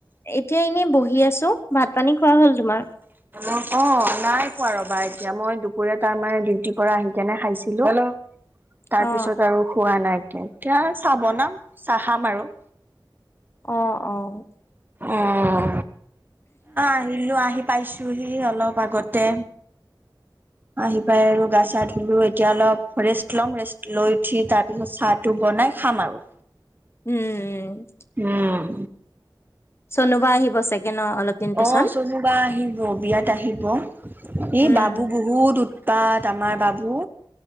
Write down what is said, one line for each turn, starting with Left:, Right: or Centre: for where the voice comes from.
Left: এতিয়া এনেই বহি আছোঁ ভাত পানী খোৱা হল তোমাৰ
Right: অহঁ অহঁ নাই খোৱা ৰবা এতিয়া মই দুপৰীয়া তাৰ মানে ডিউটিৰ পৰা আহি কেনে খাইছিলোঁ। তাঁৰপিছত
Left: অ
Right: আৰু খোৱা নাইকিয়া এতিয়া চাঁহ বনাম চাহঁ খাম আৰু-
Left: অহঁ অহঁ।
Right: অহঁ আহিলো আহি পাইছোহি অলপ আগতে আহি পাই আৰু গা চা ধুলো এতিয়া অলপ ৰেষ্ট লম ৰেষ্ট লৈ উঠি তাৰ পিছত চাঁহ টো বনাই খাম আৰু
Left: উম উম।
Right: উম।
Left: চনোবা আহিব চাগে ন অলপ দিন পিছত।
Right: অ চনু বা আহিব বিয়াত আহিব এই
Left: উম।
Right: বাবু বহুত উৎপাত আমাৰ বাবু